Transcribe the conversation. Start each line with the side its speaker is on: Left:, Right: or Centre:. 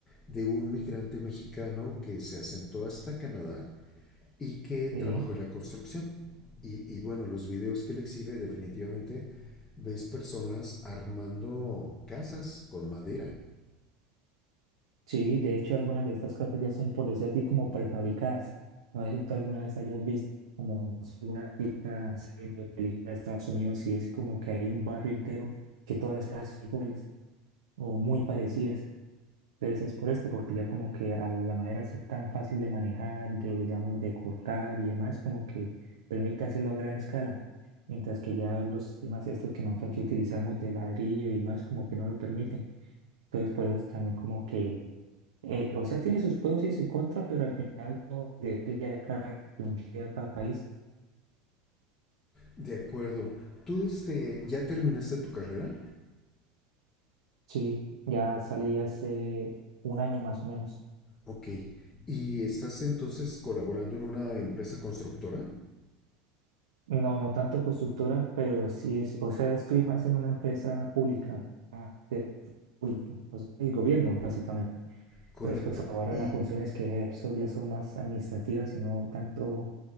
Left: de un migrante mexicano que se asentó hasta Canadá y que trabajó
Right: sí.
Left: en la construcción. Y, y bueno, los videos que él exhibe definitivamente ves personas armando casas con madera.
Right: Sí, de hecho algunas de estas casas ya son por decir así como prefabricadas. No sé si tú alguna vez hayas visto como no sé, alguna típica serie o película de Estados Unidos y es como que hay un barrio entero que todas las casas son iguales o muy parecidas. Entonces es por esto, porque ya como que a la madera es tan fácil de manejar, de digamos de cortar y demás, como que permite hacerlo a gran escala. Mientras que ya los sistemas estos que nosotros aquí utilizamos de ladrillo y demás como que no lo permiten. Entonces por eso también como que eh, o sea, tiene sus pros y sus contras, pero al final todo depende ya de cada, de cada país.
Left: De acuerdo, tú este, ya terminaste tu carrera,
Right: Sí, ya salí hace un año más o menos.
Left: ok, y estás entonces colaborando en una empresa constructora,
Right: No, no tanto constructora, pero sí es, o sea, estoy más en una empresa pública, ah, de- público, o sea, el gobierno básicamente.
Left: correcto,
Right: Entonces, pues ahora
Left: y
Right: las funciones que ejerzo ya son más administrativas y no tanto